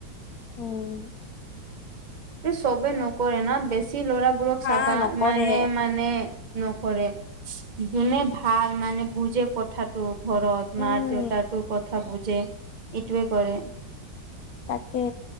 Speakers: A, on the left; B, on the right.
A: উম।
B: এই চবে নকৰে ন বেছি ল'ৰাবোৰক
A: হা
B: চাবা,
A: নকৰে
B: মানে, মানে- নকৰে যোনে ভাল মানে বুজে কঠা- টো ঘৰত
A: উম
B: মা-দেউতাটো কথা বুজে, এইটোৱে কৰে।
A: তাকে।